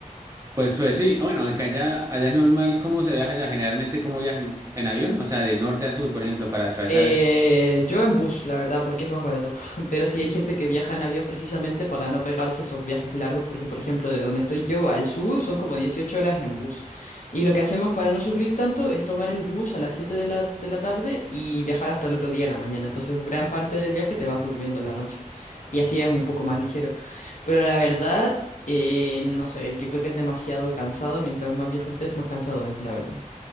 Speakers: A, on the right; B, on the left.
A: Pues, pues sí, bueno, acá allá, allá es normal, ¿cómo se viaja allá? Generalmente, ¿cómo viajan? ¿En avión? O sea, de norte a sur, por ejemplo, para atravesar
B: Eh,
A: el...
B: yo en bus, la verdad, porque es más barato. <laughs> Pero sí hay gente que viaja en avión precisamente para no pegarse esos viajes largos, porque por ejemplo, de donde estoy yo al sur son como 18 horas en bus. Y lo que hacemos para no sufrir tanto es tomar el bus a las 7 de la, de la tarde y viajar hasta el otro día de la mañana. Entonces, gran parte del viaje te vas durmiendo la noche. Y así es un poco más ligero. Pero la verdad, eh, no sé, yo creo que es demasiado cansado. Mientras más viejo estés, más cansado es, la verdad.